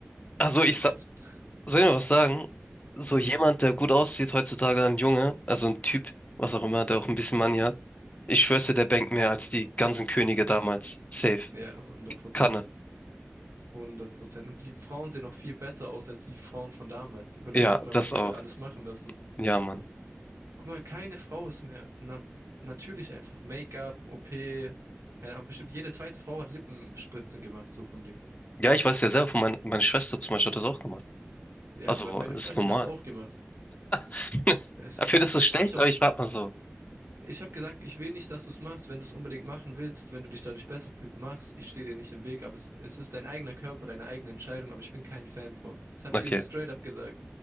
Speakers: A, on the left (about 30°); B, on the right (about 85°).
A: also
B: Aber
A: ich
B: es ist,
A: Soll ich mal was sagen? So
B: hm,
A: jemand, der gut aussieht heutzutage, ein Junge, also ein Typ, was auch immer, der auch ein bisschen Money hat. Ich schwör's dir, der bankt mehr als die ganzen Könige damals. Safe.
B: ja, hundert Prozent.
A: Kann er.
B: 100 Prozent. Und die Frauen sehen noch viel besser aus als die Frauen von damals. Überleg
A: Ja,
B: doch mal,
A: das
B: was die
A: auch.
B: heute alles machen lassen.
A: Ja, Mann.
B: Guck mal, keine Frau ist mehr na natürlich einfach Make-up, OP, keine Ahnung, bestimmt jede zweite Frau hat Lippenspritzen gemacht, so vom Ding.
A: Ja, ich weiß ja selber, von mein, meine Schwester zum Beispiel hat das auch gemacht.
B: Ja,
A: Also,
B: me meine
A: das
B: Freundin
A: ist normal.
B: hat's auch gemacht.
A: <laughs>
B: Es-
A: Findest du
B: Ich
A: es schlecht?
B: spreche
A: Aber
B: aus,
A: ich frag mal so.
B: ich habe gesagt, ich will nicht, dass du's machst. Wenn du's unbedingt machen willst, wenn du dich dadurch besser fühlst, mach's. Ich stehe dir nicht im Weg, aber es, es ist dein eigener Körper, deine eigene Entscheidung, aber ich bin kein Fan von. Das habe
A: Okay.
B: ich ihr so straight up gesagt.